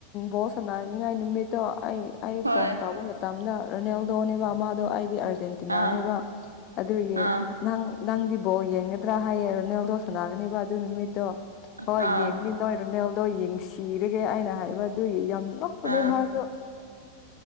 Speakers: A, on the left (about 35°); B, on the right (about 80°).
A: ꯕꯣꯜ ꯁꯥꯟꯅꯅꯤꯡꯉꯥꯏ ꯅꯨꯃꯤꯠꯇꯣ ꯑꯩ ꯑꯩ
B: ꯍꯣꯏ
A: ꯐꯣꯟ ꯇꯧꯕ ꯇꯥꯝꯅ ꯔꯣꯅꯦꯜꯗꯣꯅꯦꯕ ꯑꯃꯥꯗꯣ ꯑꯩꯗꯤ ꯑꯥꯔꯖꯦꯟꯇꯤꯅꯥꯅꯦꯕ
B: ꯑꯥ
A: ꯑꯗꯨꯒꯤ
B: ꯑꯥ
A: ꯅꯪ ꯅꯪꯗꯤ ꯕꯣꯜ ꯌꯦꯡꯒꯗ꯭ꯔꯥ ꯍꯥꯏꯌꯦ ꯔꯣꯅꯦꯜꯗꯣ ꯁꯥꯟꯅꯥꯒꯅꯦꯕ ꯑꯗꯨ ꯅꯨꯃꯤꯠꯇꯣ ꯍꯣꯏ
B: ꯑꯥ
A: ꯌꯦꯡꯅꯤ ꯅꯣꯏ ꯔꯨꯅꯦꯜꯗꯣ ꯌꯦꯡ ꯁꯤꯔꯒꯦ ꯑꯩꯅ ꯍꯥꯏꯕ ꯑꯗꯨꯒꯤ ꯌꯥꯝ ꯅꯣꯛ
B: ꯑꯥ
A: ꯑꯗꯣ ꯃꯥꯁꯨ